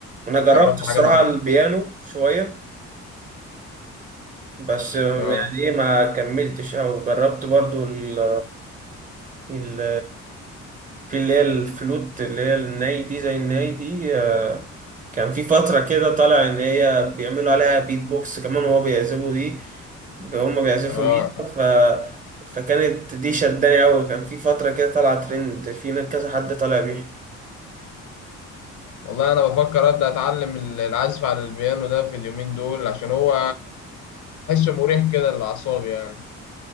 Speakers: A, on the right; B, on the left.
A: انا جربت
B: جربت
A: الصراحه
B: حاجة من دول
A: البيانو شويه بس يعني
B: اه
A: ايه ما كملتش او جربت برضو ال ال في اللي هي الفلوت اللي هي الناي دي زي الناي دي آه، كان في فترة كده طالع ان هي بيعملوا عليها بيت بوكس كمان وهو بيعزفوا دي هما بيعزفوا
B: اه
A: بيها ف فكانت دي شداني أوي كان في فترة كده طالعة ترند في ناس كذا حد طالع بيها
B: والله انا بفكر ابدا اتعلم العزف على البيانو ده في اليومين دول عشان هو حسه مريح كده للاعصاب يعني